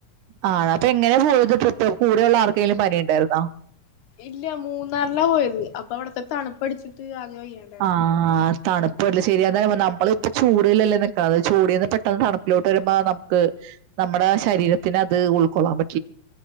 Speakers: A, on the right; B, on the left.
A: ആ അപ്പൊ എങ്ങനെ പോയത് ട്രിപ്പ കൂടെയള്ള ആർക്കെലും പനിണ്ടായിരുന്നോ?
B: ഇല്ല മൂന്നാർലാ പോയത് അപ്പൊ അവിടത്തെ തണുപ്പടിച്ചിട്ട് ആകെ വയ്യാണ്ടായി
A: ആ ഹാ. തണുപ്പലേ ശരിയാണ് അതാ ഞാൻ പറയുമ്പോ നമ്മളിപ്പൊ ചൂടിലല്ലേ നിൽക്ക അത് ചൂടിന്ന് പെട്ടെന്ന് തണുപ്പിലോട്ട് വരുമ്പോ നമുക്ക്. നമ്മുടെ ശരീരത്തിന് അത് ഉൾക്കൊള്ളാൻ പറ്റും.